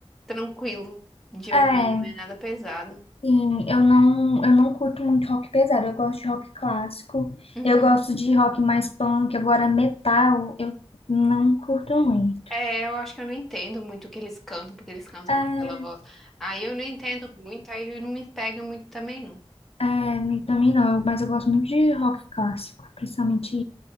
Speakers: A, in the centre; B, on the left (about 70°).
A: tranquilo de
B: É,
A: ouvir, não é nada pesado.
B: sim, eu não, eu não curto muito rock pesado, eu gosto de rock clássico,
A: Uhum.
B: eu gosto de rock mais punk, agora metal, eu não curto muito.
A: É, eu acho que eu não entendo muito o que eles cantam, porque eles cantam
B: É,
A: com aquela voz. Aí eu não entendo muito, aí não me pega muito também, não.
B: É, me- também não, eu- mas eu gosto muito de rock clássico, principalmente